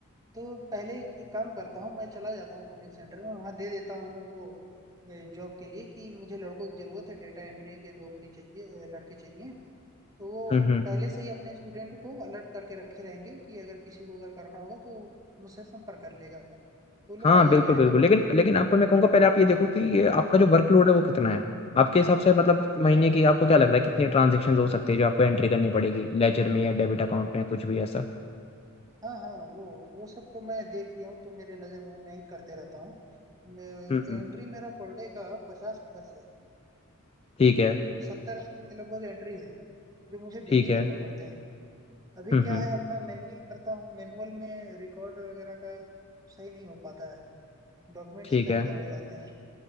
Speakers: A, on the right; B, on the left.
A: तो पहले एक काम करता हूँ मैं चला जाता हूँ कोचिंग सेंटर में वहाँ दे देता हूँ वो जॉब के लिए कि मुझे लड़कों की जरूरत है डेटा एंट्री के जॉब की चाहिए अ, लड़के चाहिए तो वो
B: हम्म हम्म।
A: पहले से ही अपने स्टूडेंट को अलर्ट करके रखे रहेंगे कि अगर किसी को अगर करना होगा तो मुझसे संपर्क कर लेगा तो लोग
B: हाँ
A: आ जाएंगे
B: बिल्कुल
A: है
B: बिल्कुल
A: ना
B: लेकिन लेकिन आपको मैं कहूंगा पहले आप ये देखो कि ये आपका जो वर्कलोड है वो कितना है आपके हिसाब से मतलब महीने की आपको क्या लग रहा है कितनी ट्रांजेक्शन हो सकती है जो आपको एंट्री करनी पड़ेगी लेजर में या डेबिट अकाउंट में कुछ भी ऐसा
A: हाँ हाँ वो वो सब तो मैं देख लिया हूँ तो मेरे नज़र में मैं ही करते रहता हूँ मैं-
B: हम्म हम्म
A: एंट्री मेरा पर डे का पचास प्लस है
B: ठीक है
A: सत्तर अस्सी के लगभग एंट्री है जो मुझे डेली
B: ठीक
A: करने
B: है
A: पड़ते हैं अभी
B: हम्म
A: क्या
B: हम्म
A: है अपना मैनुअल करता हूँ मैनुअल में रिकॉर्ड वगैरह का सही नहीं हो पाता है डॉक्यूमेंट्स
B: ठीक
A: इधर
B: है
A: उधर हो जाते हैं